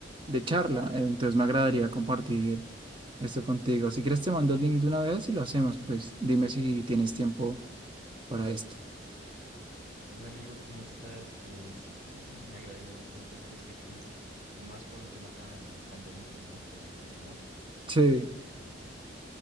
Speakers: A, on the right; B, on the right.
A: de charla. Entonces me agradaría compartir esto contigo. Si quieres te mando el link de una vez y lo hacemos, pues dime si tienes tiempo para esto.
B: Hola amigo, ¿cómo estás? Eh, sí, sí, sí, me agradaría bastante hacer este quiz y más por un tema tan, tan bonito, ¿no? Que es el amor.
A: Sí.
B: Eh,